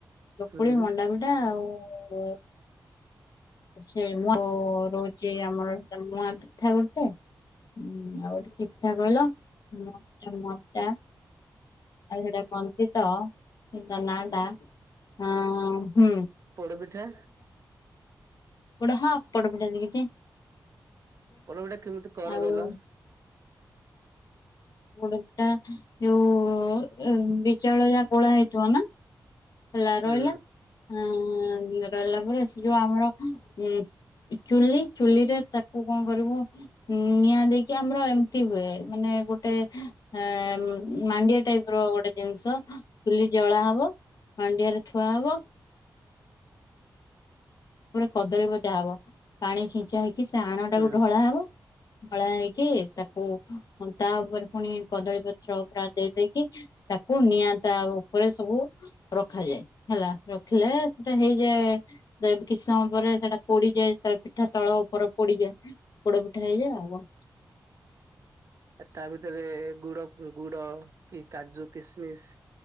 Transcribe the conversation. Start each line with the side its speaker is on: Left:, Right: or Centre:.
Left: ଚକୁଳି
Right: ହୁଁ
Left: ମଣ୍ଡା ପିଠା ଆଉ ଉଉଁ ସେ ମୁଁ ରହୁଛି ଆମର ମ ପିଠା ଗୋଟେ। ହୁଁ ଆଉ ଗୋଟେ ପିଠା କହିଲ ମୋଟା ମୋଟା ଆଉ ସେଟା କନ୍ତିତ ସେଟ ନା ଟା ହଁ ହୁଁ
Right: ପୋଡ଼ ପିଠା
Left: ପୋଡ଼ ହଁ ପୋଡ଼ ପିଠା ସିକିଛି।
Right: ପୋଡ଼ ପିଠା କେମିତି କର?
Left: ଆଉ
Right: କହିଲ
Left: ପୋଡ଼ପିଠା ଯୋଉ ବିଚାଉଳ ଯାକ ଗୋଲା ହେଇଥିବ ନା ଖଲା
Right: ହୁଁ
Left: ରହିଲା ଆ ରହିଲା ପରେ ସେ ଯୋଉ ଆମର ଉ ଚୁଲି ଚୁଲି ରେ ତାକୁ କଣ କରିବ ଉଉଁ ନିଆଁ ଦେଇକି ଆମର ଏମିତି ହୁଏ ମାନେ ଗୋଟେ ଆ ମାଣ୍ଡିଆ ଟାଇପ ର ଗୋଟେ ଜିନିଷ ଚୁଲି ଜଳା ହବ ମାଣ୍ଡିଆରେ ଥୁଆ ହବ। ରେ କଦଳୀ ବଜା ହବ ପାଣି ଛିଞ୍ଚା ହେଇକି ସେ ଆଣ ଟାକୁ
Right: ହୁଁ
Left: ଢଳା ହବ। ଧଳା ହେଇକି ତାକୁ ତା ଉପରେ ପୁଣି କଦଳୀ ପତ୍ର ପୁରା ଦେଇ ଦେଇେଇକି। ତାକୁ ନିଆଁ ତା ଉପରେ ସବୁ ରଖାଯାଏ ହେଲା ରଖିଲେ ସେଟା ହେଇଯାଏ। କିଛି ସମୟ ପରେ ସେଟା ପୋଡିଯାଏ, ପିଠା ତଳ ଉପରେ ପୋଡିଯାଏ ପୋଡ ପିଠା ହେଇଯାଏ ଆଉ କଣ
Right: ତା ଭିତରେ ଗୁଡ ଗୁଡ କି କାଜୁ କିସମିସ